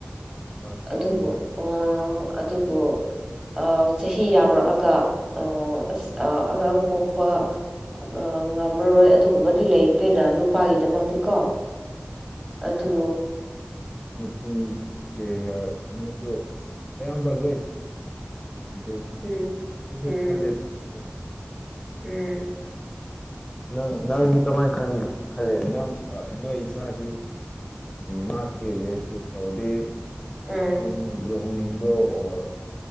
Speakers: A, on the left (about 20°); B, on the right (about 20°).
A: ꯍꯣꯏ
B: ꯑꯗꯨꯕꯨ
A: ꯇꯧ
B: ꯑꯣ ꯑꯗꯨꯕꯨ ꯑ ꯆꯍꯤ ꯌꯥꯝꯔꯛꯑꯒ ꯑ ꯑꯁ ꯑ ꯑꯉꯥꯡ ꯄꯣꯛꯄ ꯑ ꯉꯝꯃꯔꯣꯏ ꯑꯗꯨꯒꯨꯝꯃꯗꯤ ꯂꯩꯇꯦꯅ ꯅꯨꯄꯥꯒꯤꯗꯃꯛꯇꯤ ꯀꯣ ꯑꯗꯣ
A: ꯇꯤ ꯀꯦꯔꯤꯌꯔ ꯑꯃꯁꯨ ꯑꯌꯥꯝꯕ ꯂꯨ ꯑꯗꯨ
B: ꯎꯝ
A: ꯑꯩꯁꯨ
B: ꯎꯝ
A: ꯈꯜꯂꯦ ꯅ
B: ꯎꯝ <inaudible>
A: ꯅꯪ ꯅꯪꯗꯤ ꯀꯃꯥꯏꯅ ꯈꯟꯒꯦ ꯈꯜꯂꯦ ꯅꯪ ꯅꯣꯏ ꯏꯆꯥꯗꯤ ꯃꯥ ꯀꯦꯔꯤꯌꯠ ꯆꯨꯁ ꯇꯧꯔꯗꯤ
B: ꯎꯝ
A: ꯊꯅꯤ <unintelligible> ꯍꯣꯡꯅꯤꯡꯕ꯭ꯔꯣ ꯑꯣꯔ